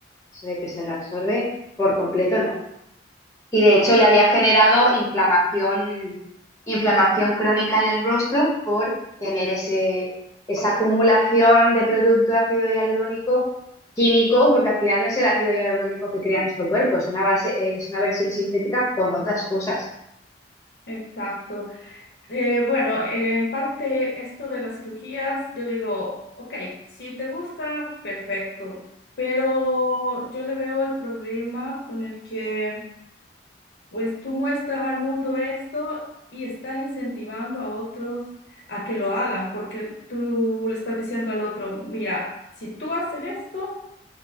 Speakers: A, on the left; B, on the left.
A: eso de que se reabsorbe por completo, ¿no? Y
B: Wow.
A: de hecho le había generado inflamación, inflamación crónica en el rostro por tener ese, esa acumulación de producto de ácido hialurónico químico, porque al final no es el ácido hialurónico que crea nuestro cuerpo, es una base, eh, es una versión sintética con otras cosas.
B: Exacto. Eh, bueno, eh, en parte esto de las cirugías, yo digo, ok, si te gusta, perfecto, pero yo le veo el problema con el que pues tú muestras al mundo esto y estás incentivando a otros a que lo hagan, porque tú le estás diciendo al otro, mira, si tú haces esto,